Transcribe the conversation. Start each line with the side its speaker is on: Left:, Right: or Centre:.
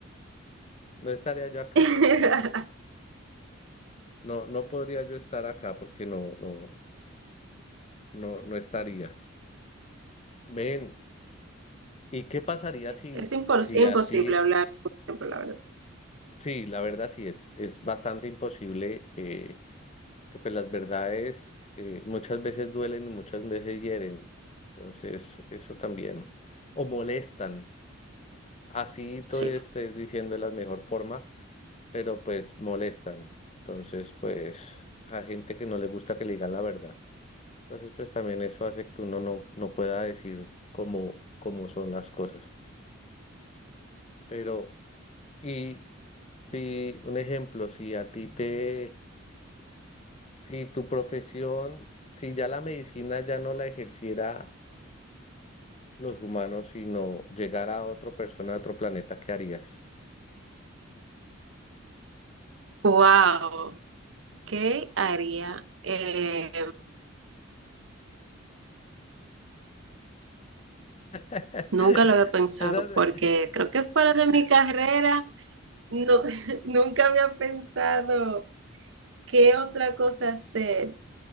Left: no estaría yo acá,
Right: <laughs>
Left: no, no, no, no podría yo estar acá porque no, no, no, no estaría. Ven, ¿y qué pasaría si,
Right: Es impos-
Left: si
Right: imposible
Left: a ti,
Right: hablar, por ejemplo, la verdad.
Left: sí, la verdad sí, es, es bastante imposible. eh, Porque pues las verdades eh, muchas veces duelen y muchas veces hieren. Entonces, eso también. O molestan. Así todo
Right: Sí.
Left: estés diciendo de la mejor forma, pero pues molestan. Entonces, pues a gente que no le gusta que le digan la verdad. Entonces, pues también eso hace que uno no, no pueda decir cómo, cómo son las cosas. Pero, y si un ejemplo, si a ti te Si tu profesión, si ya la medicina ya no la ejerciera los humanos, sino llegara a otra persona de otro planeta, ¿qué harías?
Right: Wow, ¿qué haría? Eh,
Left: <laughs>
Right: nunca lo había pensado
Left: Esa-
Right: porque creo que fuera de mi carrera. No, <laughs> nunca había pensado qué otra cosa hacer.